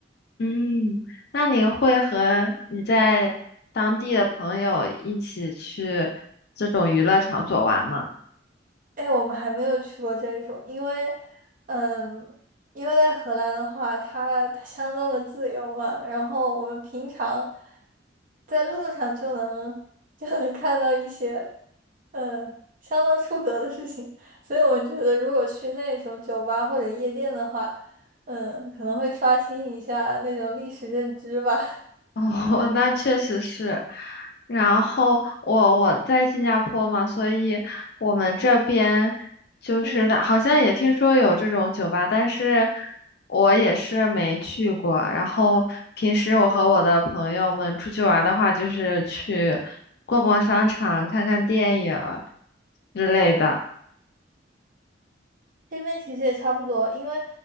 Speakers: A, on the left; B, on the right.
A: 嗯，那你会和你在当地的朋友一起去这种娱乐场所玩吗？
B: 哎，我们还没有去过这种，因为，嗯，因为在荷兰的话，它它相当的自由嘛，然后我们平常在路上就能就能看到一些，嗯，相当出格的事情，所以我们觉得如果去那种酒吧或者夜店的话，嗯，可能会刷新一下那种历史认知吧，
A: 哦，<laughs> 那确实是。然后我我在新加坡嘛，所以我们这边就是的好像也听说有这种酒吧，
B: <laughs> 嗯。
A: 但是我也是没去过。然后平时我和我的朋友们出去玩的话，就是去逛逛商场、看看电影之类的。
B: 这边其实也差不多，因为，